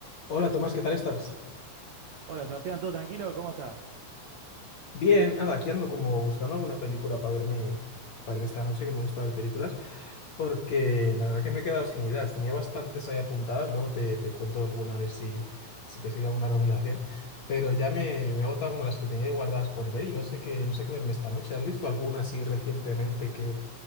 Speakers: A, on the left; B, on the right.
A: Hola Tomás, ¿qué tal estás?
B: Hola Sebastián, ¿todo tranquilo? ¿Cómo estás?
A: Bien, nada, aquí ando como buscando alguna película para verme, para verme esta noche, que me gusta ver películas, porque la verdad que me he quedado sin ideas. Tenía bastantes ahí apuntadas, luego te, te cuento alguna a ver si, si te sirve alguna recomendación, pero ya me, me he agotado como las que tenía ahí guardadas por ver y no sé qué, no sé qué verme esta noche. ¿Has visto alguna así recientemente que,